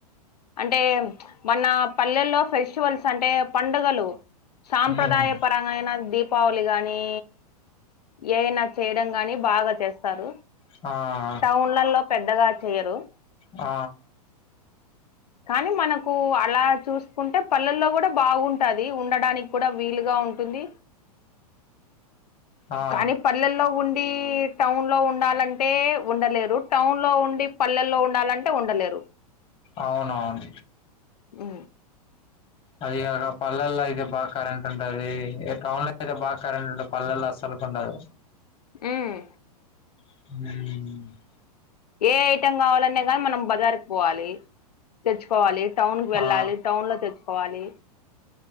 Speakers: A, on the left; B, on the left.
A: అంటే మన పల్లెల్లో ఫెస్టివల్స్ అంటే, పండుగలు సాంప్రదాయపరంగా
B: మ్మ్
A: అయినా దీప్ పావళి గానీ, ఏదన్నా చేయడం గానీ, బాగా చేస్తారు.
B: ఆ
A: టౌన్లల్లో పెద్దగా చెయ్యరు.
B: ఆ
A: కానీ, మనకూ అలా చూసుకుంటే పల్లెల్లో గూడా బాగుంటాది. ఉండడానికి కుడా వీలుగా ఉంటుంది.
B: ఆ
A: కాని పల్లెల్లో ఉండీ, టౌన్లో ఉండాలంటే ఉండలేరు. టౌన్లో ఉండి, పల్లెల్లో ఉండాలంటే ఉండలేరు.
B: అవునవును.
A: అ
B: అది గాక పల్లెల్లో అయితే, బాగ కరెంట్ ఉంటదీ. ఇగ టౌన్ లో అయితే బాగా కరెంట్ ఉండ పల్లెల్ల అసలుకుండదు.
A: ఊమ్
B: హూమ్
A: ఏ ఐటం గావాలన్న గాని, మనం బజార్క్ పోవాలి. తెచ్చుకోవాలి, టౌన్ కి వెళ్ళాలి,
B: ఆ
A: టౌన్ లో తెచ్చుకోవాలి.